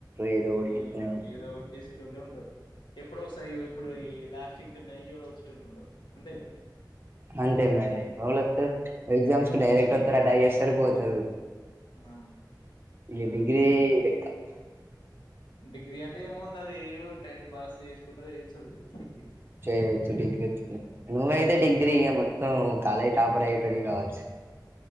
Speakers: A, on the right (about 30°); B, on the left (about 85°).
A: ఏదో ఓడి
B: ఆ
A: <unintelligible>
B: ఏదో ఒకటి చేసే టోళ్లే ఉంటారు ఎప్పుడో ఒకసారి ఇగో ఇప్పుడు ఈ లాస్ట్ అనే టైం కి వచ్చేటళ్ళు ఉండరూ అంతేగా
A: అంతే మరి ఎవలొత్తారు ఎగ్జామ్స్ కి డైరెక్ట్ వత్తరు అటక్ చేస్తారు పోతారు
B: ఆ
A: ఇగ డిగ్రీ లేక్క
B: డిగ్రీ అంటే ఏముంది అది ఇగ టైం పాస్ చేసుకుంట చేస్తది డిగ్రీ
A: చేయచ్చు డిగ్రీ నువ్ అయితే డిగ్రీ మొత్త కాలేజ్ టాపర్ అయి రి కావచ్చు